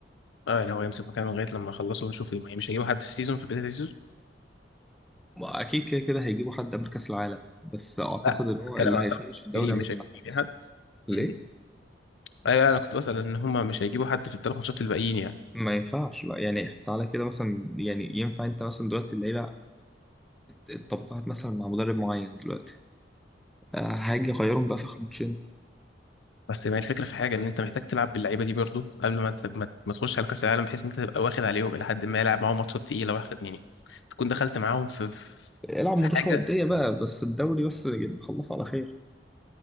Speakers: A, on the left; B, in the centre.
A: اه يعني هو يمسك مكانه لغايه لما يخلصوا ونشوف يعني مش هيجيبوا حد في السيزون في بدايه السيزون
B: ما أكيد كده كده هيجيبوا حد قبل كأس العالم بس أعتقد
A: لا
B: إن هو
A: بتكلم
B: اللي
A: عن
B: هيفنش
A: الثلاث ماتشات
B: الدوري
A: الجايين
B: عماد
A: مش
B: النحاس
A: هيجيبوا حد
B: ليه؟
A: مم. ايوه لا انا كنت بسأل ان هم مش هيجيبوا حد في الثلاث ماتشات اللي باقيين يعني
B: ما ينفعش لا يعني تعالى كده مثلا يعني ينفع أنت مثلا دلوقتي اللعيبة اتطبعت مثلا مع مدرب معين دلوقتي آه، هاجي أغيرهم بقى في آخر ماتشين
A: بس ما هي الفكره في حاجه ان انت محتاج تلعب باللعيبه دي برضو قبل ما ت- ما ما تخش على كاس العالم بحيث ان انت تبقى واخد عليهم الى حد ما يلعب معاهم ماتشات تقيله واخد يعني تكون دخلت معاهم في في
B: العب
A: في
B: ماتش
A: حاجه
B: ودية بقى بس الدوري بس يعني نخلصه على خير